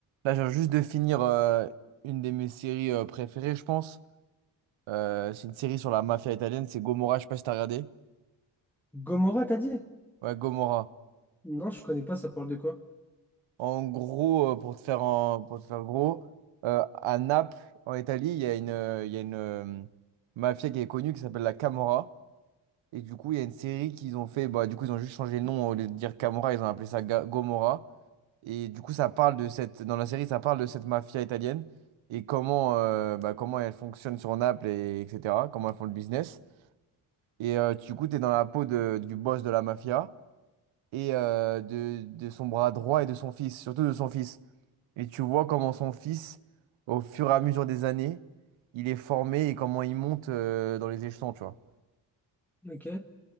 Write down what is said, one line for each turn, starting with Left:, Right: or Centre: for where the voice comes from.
Right: Là, j'ai juste de finir euh, une de mes séries euh, préférées, je pense. Euh, c'est une série sur la mafia italienne, c'est Gomorra, je sais pas si t'as regardé.
Centre: Gomorrah, t'as dit?
Right: Ouais, Gomorra.
Centre: Non, je connais pas, ça parle de quoi?
Right: En gros, euh, pour te faire en- pour te faire gros, euh, à Naples, en Italie, il y a une, euh, il y a une euh, mafia qui est connue qui s'appelle la Camorra. Et du coup, il y a une série qu'ils ont fait, bah, du coup, ils ont juste changé le nom, au lieu de dire Camorra, ils ont appelé ça Ga- Gomorra. Et du coup, ça parle de cette, dans la série, ça parle de cette mafia italienne et comment, euh, bah, comment elle fonctionne sur Naples, et, etc. Comment elles font le business. Et euh, du coup, tu es dans la peau de- du boss de la mafia et euh, de, de son bras droit et de son fils, surtout de son fils. Et tu vois comment son fils, au fur et à mesure des années, il est formé et comment il monte euh, dans les échelons, tu vois.
Centre: Ok.